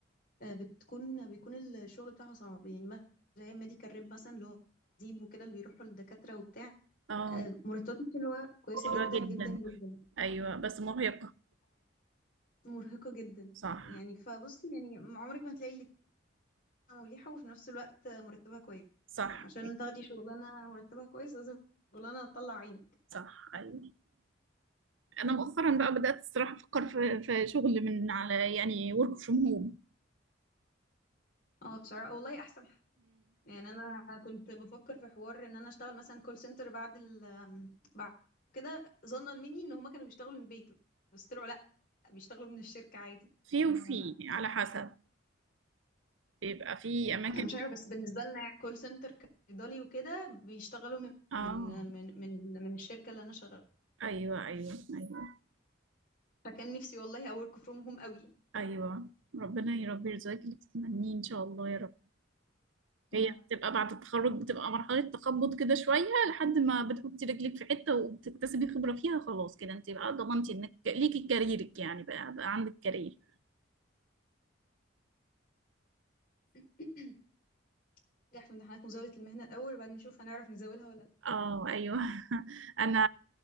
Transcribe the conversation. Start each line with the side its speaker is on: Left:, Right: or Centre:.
Left: آه، بتكون بيكون الشغل بتاعها صعب يعني مثلا زي ميديكال ريب مثلا اللي هو ديب وكده اللي بيروحوا للدكاترة وبتاع
Right: اه
Left: آه، مرتباتهم حلوة كويسة
Right: حلوة
Left: جدا
Right: جدا
Left: جدا جدا
Right: ايوه بس مرهقة
Left: مرهقة جدا
Right: صح
Left: يعني فبص يعني عمرك ما تلاقي اللي مريحة وفي نفس الوقت آه، مرتبها كويس
Right: صح
Left: عشان تاخدي شغلانة مرتبها كويس لازم شغلانة تطلع عينك
Right: صح ايوه انا مؤخرا بقى بدأت الصراحة افكر في في شغل من على يعني ورك فروم هوم
Left: اه بصراحة والله أحسن يعني انا كنت بفكر في حوار ان انا اشتغل مثلا كول سنتر بعد ال بعد كده ظنا مني ان هما كانوا بيشتغلوا من البيت بس طلعوا لا بيشتغلوا من الشركة عادي
Right: في
Left: ما
Right: وفي على حسب بيبقى في اماكن
Left: انا مش
Right: بت-
Left: عارفه بس بالنسبه لنا كول سنتر كإيطالي وكده بيشتغلوا من
Right: اه
Left: من من من, من الشركة اللي انا شغاله
Right: ايوه ايوه ايوه
Left: فكان نفسي والله اورك فروم هوم قوي يعني
Right: ايوه ربنا يا رب يرزقك اللي تتمنيه ان شاء الله يا رب
Left: يعني
Right: هي بتبقى بعد التخرج بتبقى مرحلة تخبط كده شوية لحد ما بتحطي رجلك في حتة وبتكتسبي خبرة فيها خلاص كده انت بقى ضمنتي انك ليكي كاريرك يعني بقى, بقى عندك كارير
Left: <clears throat> نجح في امتحانات مزاولة المهنة الأول وبعدين نشوف هنعرف نزاولها ولا لا
Right: اه ايوه <laughs> انا